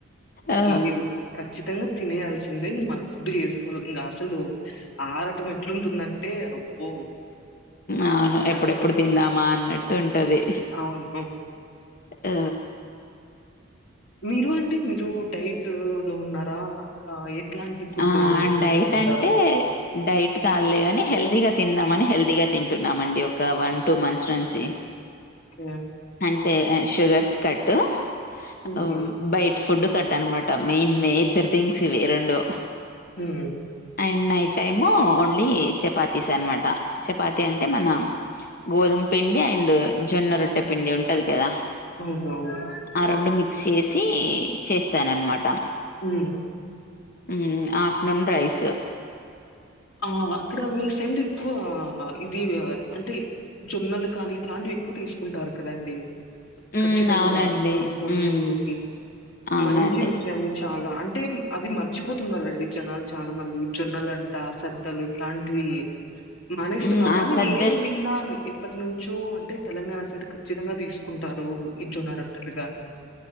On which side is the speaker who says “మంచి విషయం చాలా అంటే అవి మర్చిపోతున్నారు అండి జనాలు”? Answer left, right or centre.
Left